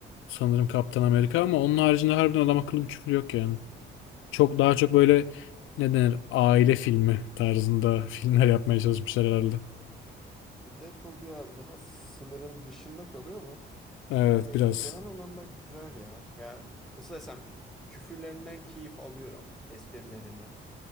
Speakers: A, on the left; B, in the centre.
A: sanırım Kaptan Amerika ama onun haricinde harbiden adam akıllı bir küfür yok yani. Çok daha çok böyle ne denir aile filmi tarzında <laughs> filmler yapmaya çalışmışlar herhalde.
B: Deadpool biraz daha sınırın dışında kalıyor ama
A: Evet
B: hani
A: biraz.
B: genel anlamda güzel ya. Ya nasıl desem küfürlerinden keyif alıyorum, esprilerinden.